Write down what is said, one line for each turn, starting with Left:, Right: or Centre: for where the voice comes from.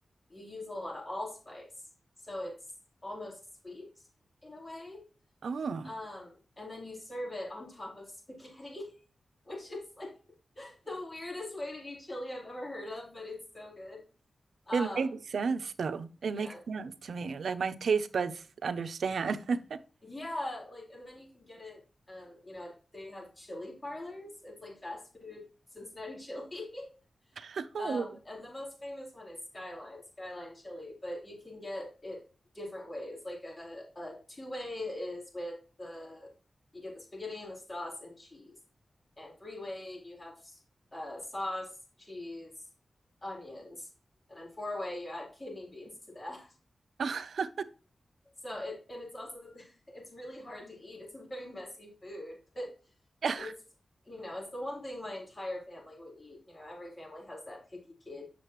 Left: you use a lot of allspice. So it's almost sweet in a way.
Right: oh.
Left: Um,
Right: <laughs>
Left: and then you serve it on top of spaghetti, <laughs> which is like the weirdest way to eat chili I've ever heard of, but it's so good. Um,
Right: It makes sense though. It
Left: yeah,
Right: makes sense to me. Like my taste buds understand. <laughs>
Left: Yeah, like and then you can get it um, you know, they have chili parlors. It's like fast food Cincinnati chili. <laughs>
Right: Oh.
Left: Um, and the most famous one is Skyline, Skyline chili, but you can get it different ways. Like a, a two-way is with the you get the spaghetti and the sauce and cheese. And three-way you have uh, sauce, cheese, onions. And then four-way you add kidney beans to that.
Right: Oh.
Left: So it and it's also <laughs> it's really hard to eat. It's a very messy food, <laughs> but
Right: <laughs>
Left: it's you know, it's the one thing my entire family would eat. You know, every family has that picky kid